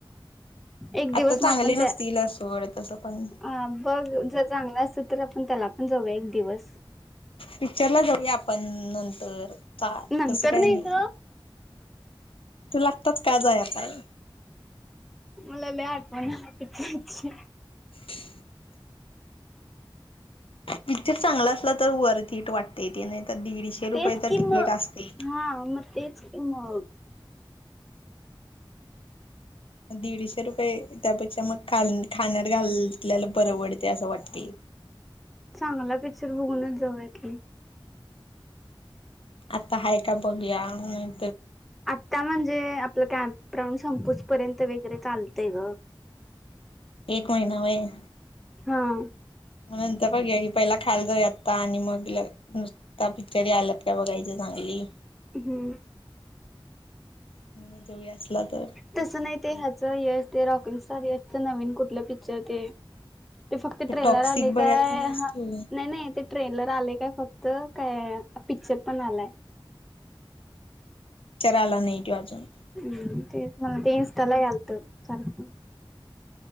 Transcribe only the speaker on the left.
आता चांगली
नसतील
सोड तसं पण
पिक्चरला जाऊया आपण नंतर चा.
तसं काही नाही.
तुला आताच का जायचय?
<inaudible> पिक्चर चांगलं असला तर वरतीकीट वाटतेय ते. नाही तर दीडशे
रुपयाेच
तिकीट
असतय.
दीडशे रुपये. त्यापेक्षा मग ख खाण्यात घालल्याला परंवडते. असं वाटते.
आता हाय का बघूया? नाही
एक महिना व्हय.
म नंतर बघया की. पहिला खायला जाऊया आत्ता. आणि मग नुस ता पिक्चर यालात का बघायचं चांगली
आणि मग जाऊया असला त.
तू
टॉक्सिक
बघायला
नाहीस
तू
पिक्चर आला नाही तो अजून.